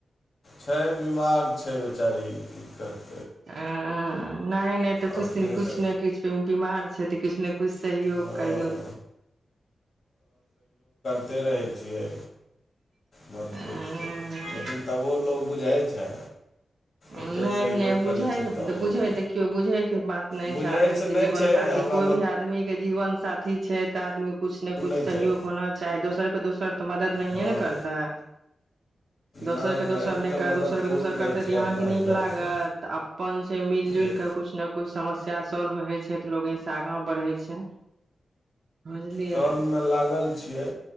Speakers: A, on the left; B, on the right.
A: छै बिमार छै बेचारी की करतै
B: ह नहि नहि तऽ
A: अपनेसँ
B: किछ किछु ने किछु बिमार से त किछु नहि किछु सहयोग
A: हँ
B: करियौ
A: े रहै छियै मत
B: नहि
A: पुछ लेकिन तब ओ लोग बुझाइ छै
B: नहि
A: एतेक सहयोग
B: नहि बुझयके
A: करै छियै तबो
B: बुझै
A: नहि
B: देखियौ बुझयके बात नहि
A: बुझैसँ
B: छै आदमीके
A: नहि
B: जीवन
A: छै
B: साथी
A: हमरा
B: कोइ भी आदमीके के जीवन साथी छै तऽ आदमी कुछ
A: मतलब
B: ने कुछ
A: नहि
B: सहयोग
A: छै
B: होना चाही दोसर के दोसर तऽ मदद नहिे
A: हँ
B: ने करता है दोसर
A: नहि
B: के दोसर
A: ओ
B: नहि
A: तऽ
B: कर
A: मदद
B: दोसर के
A: फूल
B: दोसर
A: करै
B: करते
A: छियै अपना
B: अहाँ नीक
A: हिसाबसँ
B: लागत अपन से मिल जुल
A: एक
B: के कुछ ने कुछ समस्या सॉल्व होइ छै तऽ लोग एहिसँ आगा बढ़ै छै बुझलियै
A: चल मे लागल छी से